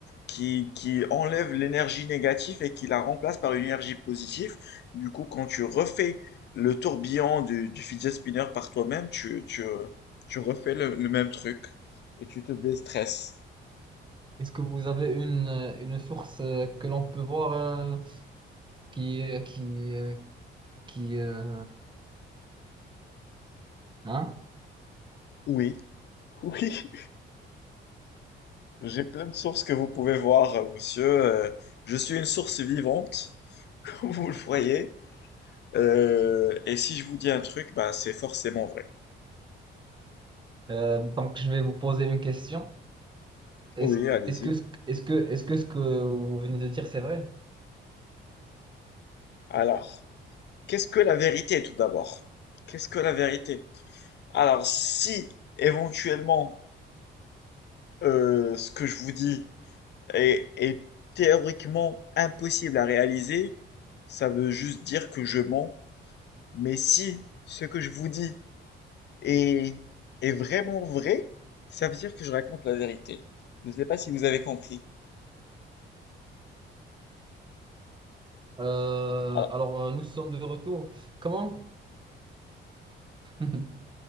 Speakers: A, on the left; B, on the right.
A: qui, qui enlève l'énergie négative et qui la remplace par une énergie positive. Du coup, quand tu refais le tourbillon du, du fidget spinner par toi-même, tu, tu, tu refais le, le même truc et tu te déstresses.
B: Est-ce que vous avez une, euh, une source euh, que l'on peut voir euh, qui, euh, qui, euh, qui euh, hein
A: Oui. Oui. J'ai plein de sources que vous pouvez voir, euh, monsieur. Euh, je suis une source vivante, <laughs> comme vous le voyez. Euh, et si je vous dis un truc, bah, c'est forcément vrai.
B: Euh, donc, je vais vous poser une question. Est-ce,
A: Oui, allez-y.
B: est-ce que, ce- est-ce que, est-ce que ce que vous venez de dire, c'est vrai?
A: Alors, qu'est-ce que la vérité tout d'abord? Qu'est-ce que la vérité? Alors, si éventuellement euh, ce que je vous dis est, est théoriquement impossible à réaliser, ça veut juste dire que je mens. Mais si ce que je vous dis Et, et vraiment vrai, ça veut dire que je raconte la vérité. Je ne sais pas si vous avez compris.
B: Euh,
A: Alors,
B: alors, euh, nous sommes de retour. Comment? <laughs>